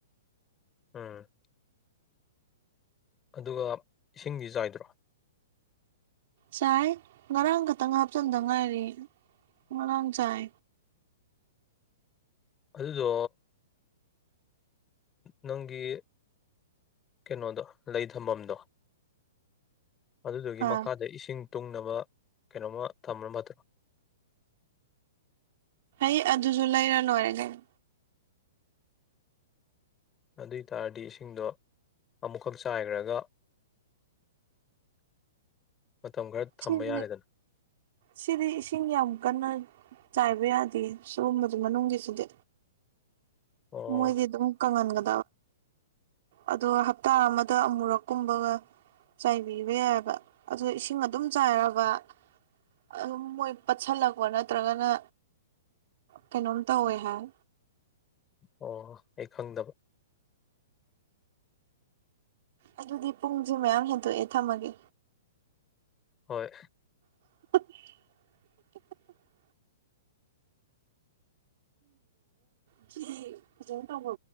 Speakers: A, on the left (about 20°); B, on the right (about 55°).
A: ꯑꯝ ꯑꯗꯨꯒ ꯏꯁꯤꯡꯗꯤ ꯆꯥꯏꯗ꯭ꯔꯣ
B: ꯆꯥꯏ ꯉꯔꯥꯡ ꯈꯛꯇꯪ ꯍꯥꯞꯆꯟꯗ ꯉꯥꯏꯔꯤ ꯉꯔꯥꯡ ꯆꯥꯏ
A: ꯑꯗꯨꯗꯣ ꯅꯪꯒꯤ ꯀꯩꯅꯣꯗꯣ ꯂꯩ ꯊꯝꯐꯝꯗꯣ ꯑꯗꯨꯗꯨꯒꯤ
B: ꯑꯥ
A: ꯃꯈꯥꯗ ꯏꯁꯤꯡ ꯇꯨꯡꯅꯕ ꯀꯩꯅꯣꯝꯃ ꯊꯝꯔ ꯃꯇ
B: ꯑꯦ ꯑꯗꯨꯁꯨ ꯂꯩꯔ ꯅꯣꯏꯔ ꯀꯩꯅꯣ
A: ꯑꯗꯨ ꯑꯣꯏ ꯇꯥꯔꯗꯤ ꯏꯁꯤꯡꯗꯣ ꯑꯃꯨꯛꯈꯛ ꯆꯥꯏꯈ꯭ꯔꯒ ꯃꯇꯝ ꯈꯔ
B: ꯁꯤꯗꯤ
A: ꯊꯝꯕ ꯌꯥꯔꯦꯗꯅ
B: ꯁꯤꯗꯤ ꯏꯁꯤꯡ ꯌꯥꯝ ꯀꯟꯅ ꯆꯥꯏꯕ ꯌꯥꯗꯦ ꯁꯤꯒꯨꯝꯕꯗ ꯃꯅꯨꯡꯒꯤꯁꯤꯗꯤ
A: ꯑꯣ
B: ꯃꯣꯏꯗꯤ ꯑꯗꯨꯝ ꯀꯪꯍꯟꯒ ꯑꯗꯨꯒ ꯍꯞꯇꯥ ꯑꯃꯗ ꯑꯃꯨꯔꯛꯀꯨꯝꯕꯒ ꯆꯥꯏꯕꯤꯕ ꯌꯥꯏꯕ ꯑꯗꯨ ꯏꯁꯤꯡ ꯑꯗꯨꯝ ꯆꯥꯏꯔꯕ ꯑꯗꯨꯝ ꯃꯣꯏ ꯄꯠꯁꯜꯂꯛꯄ ꯅꯠꯇ꯭ꯔꯒꯅ ꯀꯩꯅꯣꯝ ꯇꯧꯋꯦ ꯍꯥꯏ
A: ꯑꯣ ꯑꯩ ꯈꯪꯗꯕ
B: ꯑꯗꯨꯗꯤ ꯄꯨꯡꯁꯦ ꯃꯌꯥꯝ ꯍꯦꯟꯗꯣꯛꯑꯦ ꯊꯝꯃꯒꯦ
A: ꯍꯣꯏ
B: <unintelligible> <inaudible> ꯐꯖꯅ ꯇꯧꯕ